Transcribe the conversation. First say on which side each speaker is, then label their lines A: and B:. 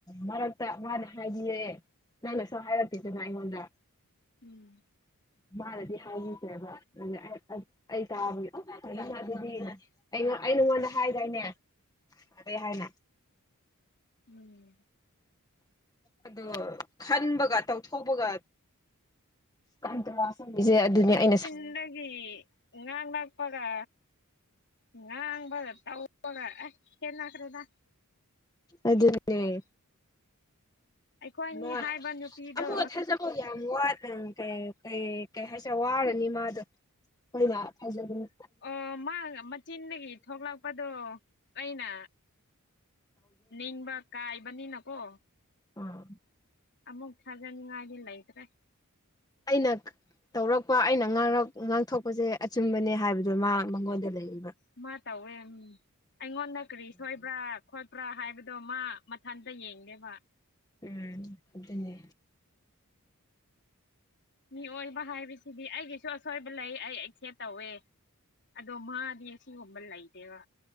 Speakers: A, on the left; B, on the left.
A: ꯃꯔꯛꯇ ꯃꯥꯅ ꯍꯥꯏꯕꯤꯌꯦ ꯅꯪꯅꯁꯨ ꯍꯥꯏꯔꯛꯇꯦꯗꯅ ꯑꯩꯉꯣꯟꯗ
B: ꯎꯝ
A: ꯃꯥꯅꯗꯤ ꯍꯥꯏꯕꯤꯈ꯭ꯔꯦꯕ ꯑꯗꯨꯒꯤ ꯑꯩ ꯑꯩ ꯑꯩ ꯇꯥꯕꯒꯤ ꯑ ꯐꯔꯦꯅ ꯑꯗꯨꯗꯤꯅ ꯑꯩꯉꯣꯟ ꯑꯩ ꯅꯉꯣꯟꯗ ꯍꯥꯏꯗꯥꯏꯅꯦ ꯐꯔ‌ꯦ ꯍꯥꯏꯅ
B: ꯎꯝ
A: ꯑꯗꯨ ꯈꯟꯕꯒ ꯇꯧꯊꯣꯛꯄꯒ ꯀꯟꯇ꯭ꯔꯥꯁ ꯆꯠꯂ‌ꯦ ꯏꯖꯤꯌ‌ꯦ ꯑꯗꯨꯅ‌ꯦ ꯑꯩꯅ ꯁꯥꯎ
B: ꯏꯟꯗꯒꯤ ꯉꯥꯡꯂꯛꯄꯒ ꯉꯥꯡꯕꯒ ꯇꯧ ꯄꯒ ꯑꯦ ꯈꯦꯠꯅꯈ꯭ꯔꯦꯗ
A: ꯑꯗꯨꯅꯦ
B: ꯑꯩꯈꯣꯏꯅꯤ
A: ꯅ‌ꯣꯏ
B: ꯍꯥꯏꯕ ꯅꯨꯄꯤꯗꯣ
A: ꯑꯃꯨꯛꯀ ꯊꯥꯖ ꯑꯣ ꯌꯥꯝ ꯋꯥꯠ ꯑ‌ ꯀꯩ ꯀꯩ ꯀꯩ ꯍꯥꯏꯁꯤꯔ ꯋꯥꯔꯅꯤ ꯃꯥꯗꯣ ꯈꯣꯏꯅ ꯊꯥꯖꯒꯅꯤ
B: ꯑꯣ ꯃꯥꯒ ꯃꯆꯤꯟꯗꯒꯤ ꯊꯣꯛꯂꯛꯄꯗꯣ ꯑꯩꯅ ꯅꯤꯡꯕ ꯀꯥꯏꯕꯅꯤꯅꯀꯣ
A: ꯑꯥ
B: ꯑꯃꯨꯛ ꯊꯥꯖꯅꯤꯡꯉꯥꯏꯗꯤ ꯂꯩꯇ꯭ꯔꯦ
A: ꯑꯩꯅ ꯇꯧꯔꯛꯄ ꯑꯩꯅ ꯉꯥꯡꯔꯛ ꯉꯥꯡꯊꯣꯛꯄꯖ‌ꯦ ꯑꯆꯨꯝꯕꯅꯦ ꯍꯥꯏꯕꯗꯣ ꯃꯥ ꯃꯉꯣꯟꯗ ꯂꯩꯔꯤꯕ
B: ꯃꯥ ꯇꯧꯋꯦ ꯎꯝ ꯑꯩꯉꯣꯟꯗ ꯀꯔꯤ ꯁꯣꯏꯕ꯭ꯔꯥ ꯈꯣꯠꯄ꯭ꯔꯥ ꯍꯥꯏꯕꯗꯣ ꯃꯥ ꯃꯊꯟꯇ ꯌꯦꯡꯗꯦꯕ
A: ꯎꯝ ꯑꯗꯨꯅꯦ
B: ꯃꯤꯑꯣꯏꯕ ꯍꯥꯏꯕꯁꯤꯗꯤ ꯑꯩꯒꯤꯁꯨ ꯑꯁꯣꯏꯕ ꯂꯩ ꯑꯩ ꯑꯩꯁꯦꯞ ꯇꯧꯋꯦ ꯑꯗꯣ ꯃꯥꯗꯤ ꯁꯤꯒꯨꯝꯕ ꯂꯩꯇꯦꯕ